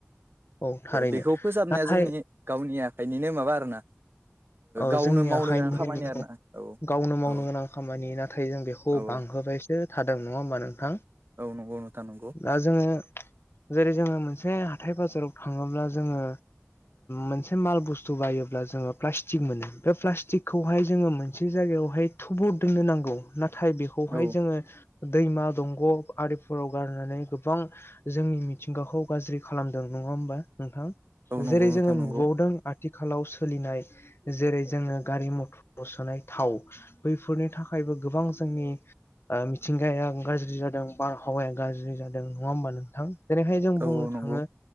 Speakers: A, on the left (about 60°); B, on the right (about 55°).
A: औ थारैनो
B: बेखौ फोसाबनाया
A: नाथाय
B: जोंनि गावनि आखाइनिनो माबा आरोना
A: औ
B: गावनो
A: जोंनि
B: मावनो
A: आखाइनिनो
B: गोनां खामानि आरोना औ
A: गावनो मावनो
B: औ
A: गोनां खामानि नाथाय जों बेखौ
B: औ
A: बांहोबायसो
B: औ
A: थादों नङा होमबा नोंथां?
B: औ नंगौ नोंथां नंगौ
A: दा जोङो जेरै जोङो मोनसे हाथाय बाजाराव थाङोब्ला जोङो मोनसे माल बुस्थु बायोब्ला जोङो प्लास्टिक मोनो बे प्लास्टिकखौहाय जोङो मोनसे जायगायावहाय थुबर दोननो नांगौ ना थाय बेखौहाय
B: औ
A: जोङो दैमा दंग' आरिफोराव गारनानै गोबां जोंनि मिथिंगाखौ गाज्रि खालामदों नङा होमबा नोंथां
B: औ नंगौ
A: जेरै
B: नोंथां
A: जोङो
B: नंगौ
A: नुबावदों आथिखालाव सोलिनाय जेरै जोङो गारि मटर सोनाय थाव बैफोरनि था खायबो गोबां जोंनि ओ मिथिंगाया गाज्रि जादों बारहावाया गाज्रि जादों नङा होमबा नोंथां जेरैहाय जों
B: औ
A: बुंनो
B: औ नंगौ
A: थाङो